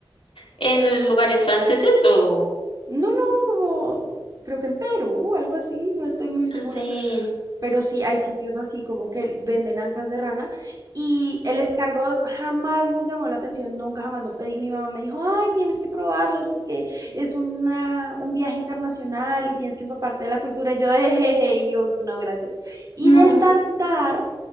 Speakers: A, on the left (about 90°); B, on the right (about 40°).
A: ¿En lugares franceses o...?
B: No, no, como creo que en Perú, algo así, no estoy muy segura,
A: Ah, sí.
B: pero sí hay sitios así como que venden ancas de rana y el escargot jamás me llamó la atención, nunca jamás lo pedí. Mi mamá me dijo, ay, tienes que probarlos porque es una, un viaje internacional y tienes que empaparte de la cultura. Y yo, jejeje, y yo, no, gracias. Y
A: No.
B: del tartar,